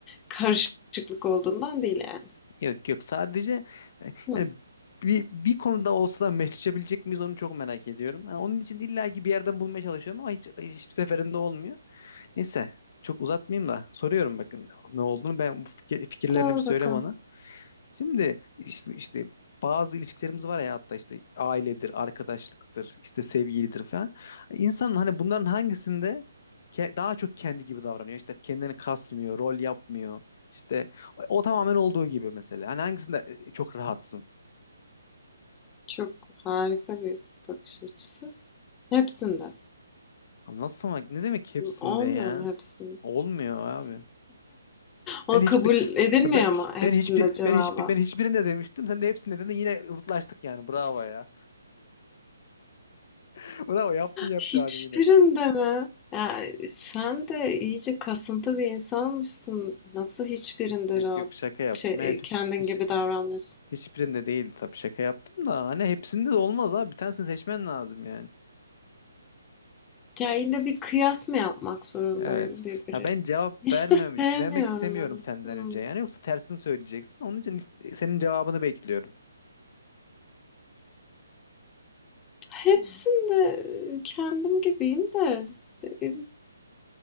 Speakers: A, on the left; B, on the left.
A: karışıklık olduğundan değil yani.
B: Yok yok sadece e,
A: Hı.
B: hani bir, bir konuda olsa da meşleşebilecek miyiz onu çok merak ediyorum. Yani onun için illaki bir yerden bulmaya çalışıyorum ama hiç, hiçbir seferinde olmuyor. Neyse çok uzatmayayım da soruyorum bakın ne olduğunu ben bu fikir- fikirlerini
A: Sor
B: bir söyle
A: bakalım.
B: bana. Şimdi işte, işte bazı ilişkilerimiz var ya hatta işte ailedir, arkadaşlıktır, işte sevgilidir falan. İnsanın hani bunların hangisinde ke- daha çok kendi gibi davranıyor. İşte kendini kasmıyor, rol yapmıyor. İşte o, o tamamen olduğu gibi mesela. Hani hangisinde e, e, çok rahatsın?
A: Çok harika bir bakış açısı. Hepsinden.
B: Abi nasıl ama ne demek hepsinde
A: Olmuyor
B: ya?
A: mu hepsinde
B: Olmuyor abi.
A: O
B: Ben hiçbir
A: kabul edilmiyor
B: <laughs> ben,
A: mu hepsinde
B: ben hiçbir
A: cevaba?
B: ben hiçbir ben hiçbirinde demiştim. Sen de hepsinde dedin. Yine zıtlaştık yani. Bravo ya. <laughs> Bravo yaptın yapacağını
A: Hiçbirinde
B: yine.
A: mi? Ya sen de iyice kasıntı bir insanmışsın. Nasıl hiçbirinde
B: Yok
A: rahat
B: yok şaka yaptım.
A: şey,
B: Hep
A: e, kendin
B: hiç
A: gibi davranmıyorsun?
B: hiçbirinde değildi tabii şaka yaptım da hani hepsinde de olmaz abi. Bir tanesini seçmen lazım yani.
A: Ya illa bir kıyas mı yapmak zorundayım
B: Evet.
A: birbiriyle?
B: Ya ben cevap
A: Hiç
B: vermem
A: de sevmiyorum
B: vermek istemiyorum
A: onu.
B: senden
A: Hmm.
B: önce. Yani yoksa tersini söyleyeceksin. Onun için senin cevabını bekliyorum.
A: Hepsinde kendim gibiyim de benim